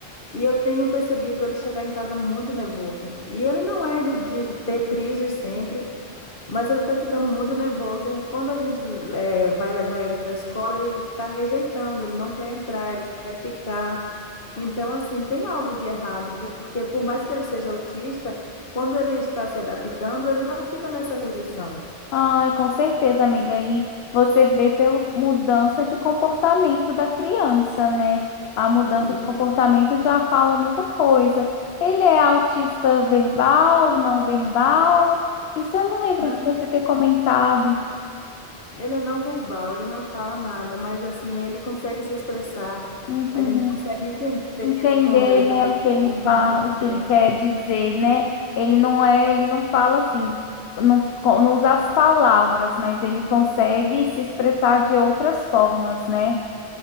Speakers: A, on the left; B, on the left.
A: E eu tenho percebido ele chegar em casa muito nervoso. E ele não é de, de ter crise sempre, mas ele está ficando muito nervoso. E quando a gente eh, vai levar ele para a escola, ele está rejeitando, ele não quer entrar, ele não quer ficar. Então, assim, tem algo de errado, por- porque por mais que ele seja autista, quando ele está se adaptando, ele não fica nessa rejeição.
B: Ai, com certeza, amiga. E você vê pela mudança de comportamento da criança, né? A mudança
A: E
B: de comportamento já fala muita coisa. Ele é autista verbal, não verbal? Isso eu não lembro
A: não.
B: de você ter comentado.
A: Ele é não verbal, ele não fala nada, mas assim, ele consegue se expressar.
B: Uhum.
A: A gente consegue entender
B: Entender,
A: quando ele
B: né,
A: está reclamando.
B: o que ele fala, o que
A: É.
B: ele quer dizer, né? Ele não é, ele não fala assim, não, co- não usa as palavras, mas ele consegue se expressar de outras formas, né?